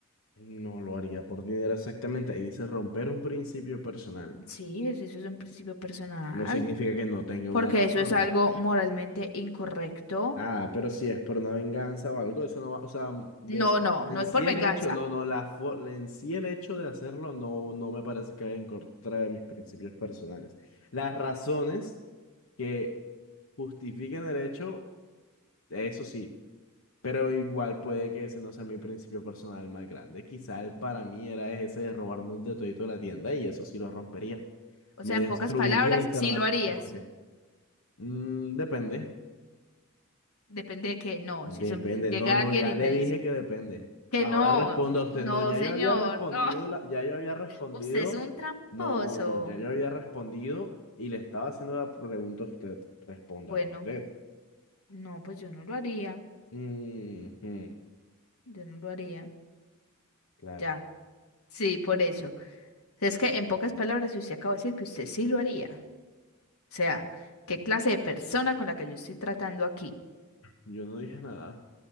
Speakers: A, on the left; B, on the left.
A: No lo haría por dinero exactamente. Ahí dice romper un principio personal.
B: Sí, es- eso es un principio personal,
A: No significa que no tenga
B: porque
A: una razón.
B: eso es algo moralmente incorrecto.
A: Ah, pero si es por una venganza o algo, eso no va, o sea, de,
B: No, no,
A: en
B: no es
A: sí
B: por
A: el
B: venganza.
A: hecho, no, no, la fo- en sí el hecho de hacerlo no, no me parece que vaya en contra de mis principios personales. Las razones que justifiquen el hecho, eso sí, pero igual puede que ese no sea mi principio personal más grande. Quizá el para mí era ese de robarme un detallito de la tienda y eso sí lo rompería.
B: O
A: Me
B: sea, en
A: destruiría
B: pocas palabras,
A: internamente
B: sí lo harías.
A: porque mm, depende.
B: Depende de que no,
A: Depende.
B: si se- emple- llega
A: No, no,
B: alguien
A: ya
B: y
A: le
B: te
A: dije
B: dice
A: que depende.
B: que
A: Ahora
B: no,
A: responda a
B: no,
A: usted. No, ya
B: señor,
A: yo había respondido,
B: no.
A: la- ya yo había respondido.
B: Usted es un tramposo.
A: No, no, ya yo había respondido y le estaba haciendo la pregunta a usted. Respóndala
B: Bueno,
A: usted.
B: no, pues yo no lo haría.
A: Ujú,
B: Yo no lo haría.
A: claro.
B: Ya, sí, por eso. Es que en pocas palabras, si usted acaba de decir que usted sí lo haría. O sea, ¿qué clase de persona con la que yo estoy tratando aquí?
A: Yo no dije nada.